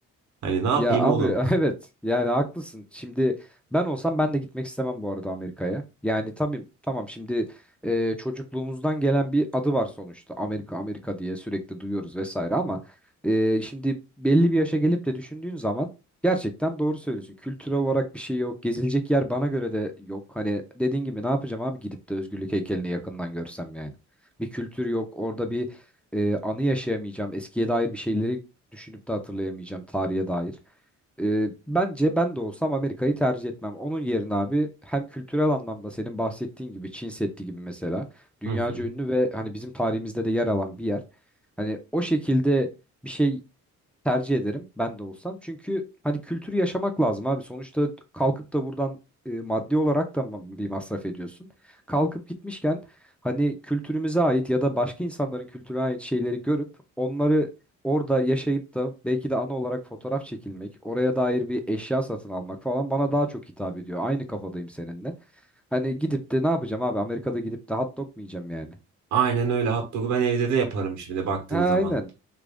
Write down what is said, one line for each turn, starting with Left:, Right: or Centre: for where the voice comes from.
Right: Hani ne yapayım
Centre: Ya abi
Right: onu?
Centre: <laughs> evet yani haklısın. Şimdi ben olsam ben de gitmek istemem bu arada Amerika'ya. Yani tabii tamam şimdi e, çocukluğumuzdan gelen bir adı var sonuçta. Amerika Amerika diye sürekli duyuyoruz vesaire ama e, şimdi belli bir yaşa gelip de düşündüğün zaman gerçekten doğru söylüyorsun. Kültürel olarak bir şey yok. Gezilecek yer bana göre de yok. Hani dediğin gibi ne yapacağım abi gidip de özgürlük heykelini yakından görsem yani. Bir kültür yok. Orada bir e, anı yaşayamayacağım. Eskiye dair bir şeyleri Düşünüp de hatırlayamayacağım tarihe dair. Ee, bence ben de olsam Amerika'yı tercih etmem. Onun yerine abi hem kültürel anlamda senin bahsettiğin gibi Çin Seddi gibi mesela dünyaca
Right: <laughs> Hı hı.
Centre: ünlü ve hani bizim tarihimizde de yer alan bir yer. Hani o şekilde bir şey tercih ederim ben de olsam. Çünkü hani kültürü yaşamak lazım abi. Sonuçta kalkıp da buradan e, maddi olarak da ma- bir masraf ediyorsun. Kalkıp gitmişken hani kültürümüze ait ya da başka insanların kültürüne ait şeyleri görüp onları orada yaşayıp da belki de ana olarak fotoğraf çekilmek, oraya dair bir eşya satın almak falan bana daha çok hitap ediyor. Aynı kafadayım seninle. Hani gidip de ne yapacağım abi? Amerika'da gidip de hot dog mu yiyeceğim yani?
Right: Aynen öyle hot dog'u ben evde de yaparım şimdi baktığın
Centre: Ha
Right: zaman.
Centre: aynen.